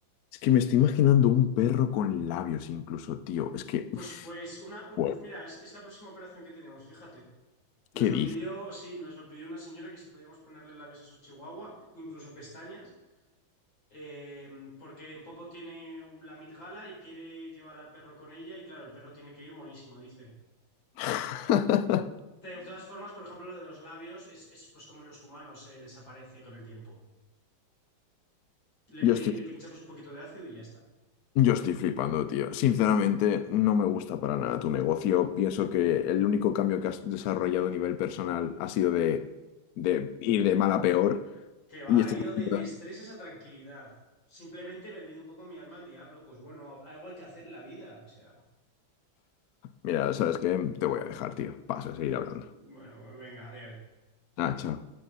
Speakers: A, on the left; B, on the left.
A: Es que me estoy imaginando un perro con labios incluso, tío. Es que,
B: Pues, pues, una, un-
A: bueno,
B: pues mira, es, es la próxima operación que tenemos, fíjate. Nos
A: ¿qué
B: lo
A: dices?
B: pidió, sí, nos lo pidió una señora que si podíamos ponerle labios a su chihuahua, incluso pestañas, eh, porque en poco tiene la mitgala y quiere llevar al perro con ella y claro, el perro tiene que ir monísimo, dice.
A: <laughs>
B: De todas formas, por ejemplo, lo de los labios es, es, pues como en los humanos, eh, desaparece con el tiempo. Le,
A: Yo
B: le-
A: estoy,
B: le pinchamos un poquito de ácido y ya está.
A: yo estoy flipando, tío. Sinceramente, no me gusta para nada tu negocio. Pienso que el único cambio que has desarrollado a nivel personal ha sido de, de ir de mal a peor.
B: Que va,
A: Y estás
B: he ido
A: haciendo-
B: de, de estreses a tranquilidad. Simplemente he vendido un poco mi alma al diablo. Pues bueno, algo hay que hacer en la vida. O sea,
A: Mira, ¿sabes qué? Te voy a dejar, tío. Pasa a seguir hablando.
B: bueno, pues venga, adiós.
A: Ah, chao.